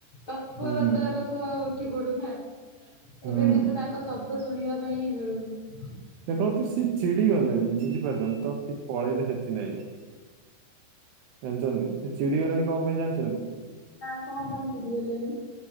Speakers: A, on the left (about 75°); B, on the right (about 80°).
A: ତତ୍ପରତାର
B: ହୁଁ
A: ସହ ଉଠି ପଡୁନା।
B: ହୁଁ।
A: ଏବେ କିନ୍ତୁ ତାଙ୍କ ଶବ୍ଦ ଶୁଣିବା ପାଇଁ ହିଁ ମିଳୁନି।
B: ଦେଖନ୍ତୁ ସିଏ ଚିଡି ଗଲେଣି। ବୁଝିପାରୁଚନ୍ତି ସିଏ ପଳେଇଲେ ହେଥି ନାକି। ଜାଣିଛନ୍ତି ସେ ଚିଡିଗଲାଣି କଣ ପାଇଁ ଜାଣିଚନ୍ତି।
A: ନା କଣ ପାଇଁ ଚିଡିଗଲେଣି।